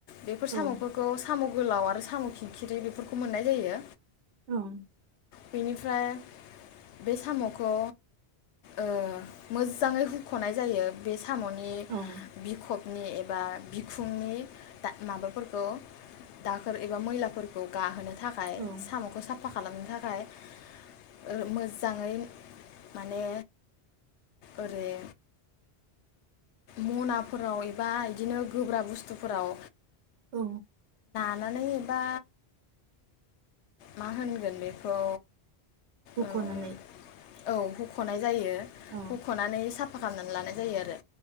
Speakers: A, on the left; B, on the right.
A: बेफोर
B: औ
A: सामफोरखौ साम गोलाव आरो साम खिंखिरि बेफोरखौ मोननाय जायो
B: ओम
A: बेनिफ्राय बे सामखौ ओ मोजाङै हुखनाय जायो बे सामनि
B: औ
A: बिखब नि एबा बिखुंनि दा माबाफोरखौ दाखोर एबा मैलाफोरखौ गाहोनो थाखाय
B: औ
A: सामखौ साफ फा खालामनो थाखाय ओ मोजाङै माने ओरै मनाफोराव एबा इदिनो गोब्रा बुस्थुफोराव
B: औ
A: नानै एबा मा होनगोन बेखौ
B: हुखनानै
A: ओ औ हुखनाय जायो
B: औ
A: हुखनानै साफ फा खामनानै लानाय जायो आरो